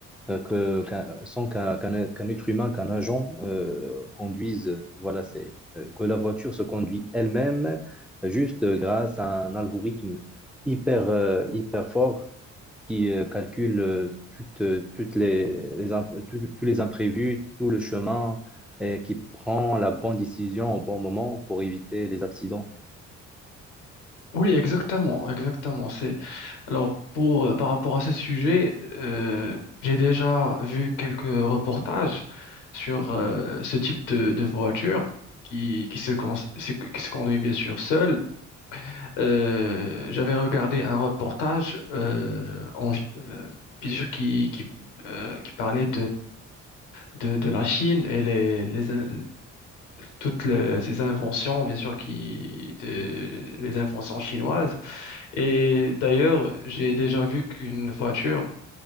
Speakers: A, in the centre; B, on the left (about 80°).
A: euh, que, qu'un, sans qu'un, qu'un- qu'un être humain, qu'un agent euh, conduise, voilà, c'est, euh, que la voiture se conduit elle-même euh, juste euh, grâce à un algorithme hyper, euh, hyper fort qui euh, calcule euh, toutes, euh, toutes les, les imp- tous tous les imprévus, tout le chemin, et qui prend la bonne décision au bon moment pour éviter les accidents.
B: Oui, exactement, exactement. C'est alors pour euh, par rapport à ce sujet, euh, j'ai déjà vu quelques reportages sur euh, ce type de, de voiture qui qui se con- se- qui se conduit bien sûr seule. Euh, j'avais regardé un reportage euh, en, euh, qui qui euh, qui parlait de, de la Chine et les, les in- toutes les- ces inventions, bien sûr, qui, de- les inventions chinoises. Et d'ailleurs, j'ai déjà vu qu'une voiture,